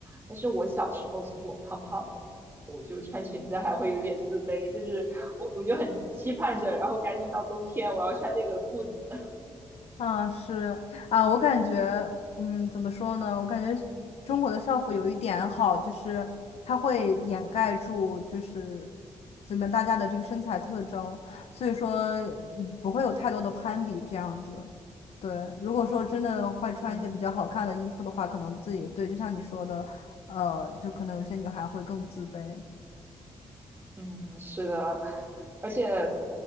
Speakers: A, on the right; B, on the left.
A: 但是我小时候其实我胖胖的，我就穿裙子还会有点自卑，就是我我就很期盼着，然后赶紧到冬天我要穿那个裤子。<laughs>
B: 嗯，是啊，我感觉，嗯，怎么说呢？我感觉中国的校服有一点好，
A: 嗯
B: 就是它会掩盖住，
A: 嗯
B: 就是怎么大家的这个身材特征，所以说嗯不会有太多的攀比这样子。对，如果说真的会穿一些比较好看的衣服的话，
A: 嗯
B: 可能自己对，就像你说的，呃，就可能有些女孩会更自卑。
A: 嗯，是的，而且